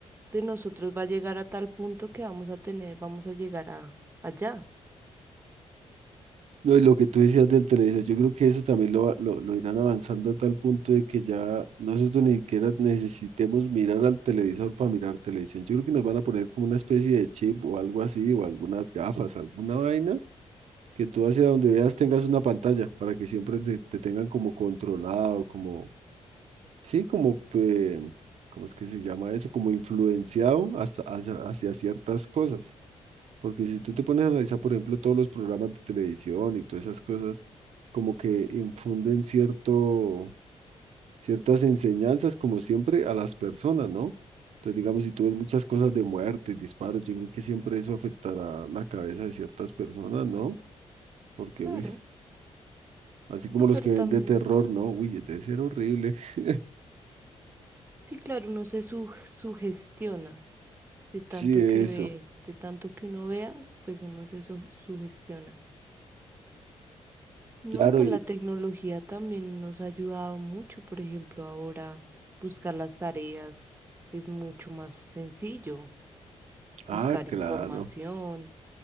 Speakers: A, on the right; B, on the right.
A: de nosotros va a llegar a tal punto que vamos a tener, vamos a llegar a allá.
B: No, y lo que tú decías del televisor, yo creo que eso también lo, va- lo, lo irán avanzando a tal punto de que ya nosotros ni siquiera necesitemos mirar al televisor para mirar televisión. Yo creo que nos van a poner como una especie de chip o algo así, o algunas gafas, alguna vaina, que tú hacia donde veas tengas una pantalla para que siempre se- te tengan como controlado, como sí, como, eh, ¿cómo es que se llama eso? Como influenciado hasta, hacia, hacia ciertas cosas. Porque si tú te pones a analizar, por ejemplo, todos los programas de televisión y todas esas cosas, como que infunden cierto, ciertas enseñanzas, como siempre, a las personas, ¿no? Entonces, digamos, si tú ves muchas cosas de muerte, disparos, yo creo que siempre eso afectará la cabeza de ciertas personas, ¿no? Porque,
A: Claro,
B: uy, así como
A: no,
B: los
A: pero
B: que
A: también,
B: ven de terror, ¿no? Uy, debe ser horrible. <laughs>
A: sí, claro, uno se su- sugestiona de tanto
B: Sí, eso.
A: que ve, de tanto que uno vea, pues uno se su- sugestiona. No,
B: Claro,
A: y pues
B: y,
A: la tecnología también nos ha ayudado mucho, por ejemplo, ahora buscar las tareas es mucho más sencillo,
B: Ah,
A: buscar
B: claro.
A: información,